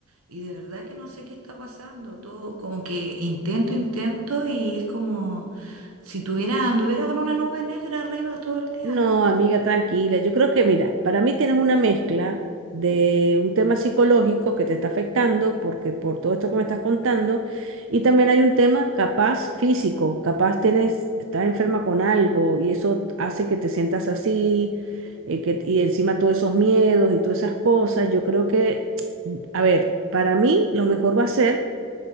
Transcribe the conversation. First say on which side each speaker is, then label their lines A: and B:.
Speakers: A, on the right (about 80°); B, on the right (about 60°).
A: y de verdad que no sé qué está pasando, todo como que intento, intento y es como si tuviera, anduviera con una nube negra arriba todo el día.
B: No, amiga, tranquila. Yo creo que, mira, para mí tienes una mezcla de un tema psicológico que te está afectando porque por todo esto que me estás contando, y también hay un tema capaz físico, capaz tienes, estás enferma con algo y eso hace que te sientas así, eh, que, y encima todos esos miedos y todas esas cosas. Yo creo que, a ver, para mí lo mejor va a ser